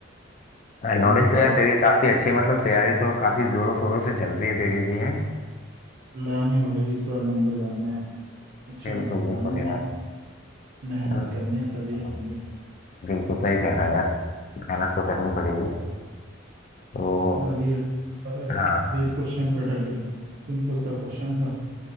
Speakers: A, on the right; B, on the left.
A: तो
B: नॉलेज
A: ये
B: तो
A: राजस्थान
B: यार तेरी काफी अच्छी है मतलब तैयारी तो काफी जोरों शोरों से चल रही है तेरी भी है
A: लाने भाई इस बार नंबर लाने हैं अच्छे
B: बिल्कुल
A: नंबर
B: बिल्कुल
A: लाने हैं
B: यार
A: मेहनत
B: चलो,
A: करनी है तभी
B: हाँ,
A: आएंगे
B: बिल्कुल सही कह रहा है यार मेहनत तो करनी पड़ेगी तो
A: मैं अभी पता है
B: हाँ
A: अभी इस क्वेश्चन पर अटक गया हूँ सिंपल सा क्वेश्चन था